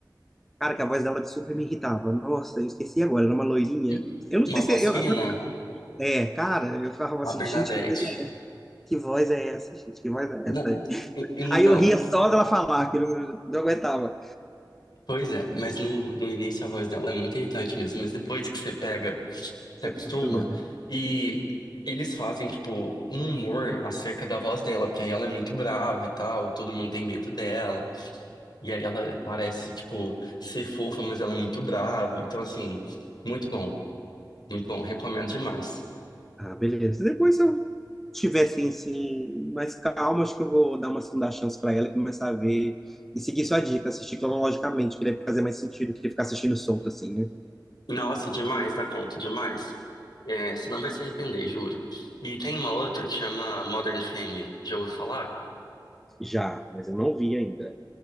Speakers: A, in the centre; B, on the left (about 65°).
A: cara, que a voz dela super me irritava. Nossa, eu esqueci agora, era uma loirinha.
B: E
A: Eu não sei
B: Uma
A: se.
B: voz
A: Eu,
B: fina,
A: agora- é, cara, eu ficava assim,
B: a Bernadette.
A: gente, que, voz é- que voz é essa, gente? Que voz é essa?
B: Não, e- então.
A: Aí eu ria só dela falar, que eu não, não aguentava.
B: Pois é, mas no, no início a voz dela é muito irritante mesmo, mas depois que você pega, se
A: Isso
B: acostuma,
A: é postura.
B: e eles fazem, tipo, um humor acerca da voz dela, porque aí ela é muito brava e tal, todo mundo tem medo dela, e aí ela parece, tipo, ser fofa, mas ela é muito brava, então, assim, muito bom, muito bom, recomendo demais.
A: Ah, beleza. Depois eu tivessem assim, mais calma, acho que eu vou dar uma segunda chance para ela e começar a ver e seguir sua dica, assistir cronologicamente, que deve fazer mais sentido do que ficar assistindo solto assim, né?
B: Nossa, demais, dá conta, demais. É, você não vai se arrepender, juro. E tem uma outra que chama Modern Family, já ouviu falar?
A: Já, mas eu não vi ainda.